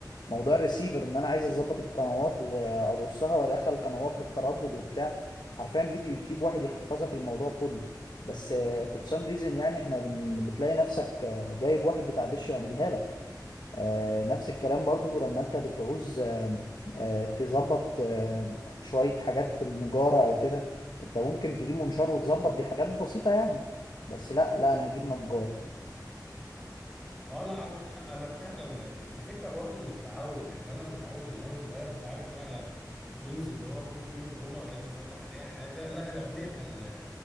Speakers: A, on the left; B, in the centre.
A: موضوع الريسيفر ان انا عايز اظبط القنوات وارصها وادخل القنوات بالتردد وبتاع حرفيا فيديو يوتيوب واحد يحفظك الموضوع كله بس فور سام ريزن يعني احنا بن... بتلاقي نفسك آه، جايب واحد بتاع دش يعملها لك آه، نفس الكلام برضو لما انت بتعوز آه، آه، تظبط آه، شوية حاجات في النجارة او كده انت ممكن تجيب منشار وتظبط دي حاجات بسيطة يعني بس لا لا انا هجيب نجار
B: اه لا عندك حق انا فعلا الفكره برضو من التعود يعني انا متعود من وانا صغير انت عارف بقى ميمز اللي هو ابوك يوم الجمعه عايز يصلح اي حاجه لا انا ابويا كان